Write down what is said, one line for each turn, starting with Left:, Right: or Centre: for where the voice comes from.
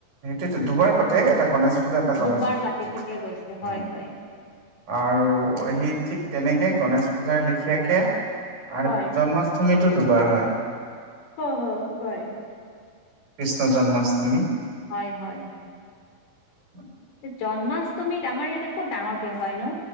Right: সেইটোয়েতো দুবাৰ পাতে। এটা গনেশ পূজা, এটা গনেশ
Left: দুবাৰ
Right: চতুৰ্থী,
Left: পাতে ঠিকে কৈছে হয়
Right: উ।
Left: হয়
Right: আৰু সেই ঠিক তেনেকে গণেশ পূজাৰ লেখীয়াকে আৰু
Left: হয়
Right: জন্মাষ্টমীটো দুবাৰ হয়।
Left: অ', অ', হয়।
Right: কৃষ্ণ জন্মাষ্টমী।
Left: হয় হয়।
Right: <inaudible>
Left: জন্মাষ্টমীত আমাৰ ইয়াতে ক'ত ডাঙৰকে হয়নো?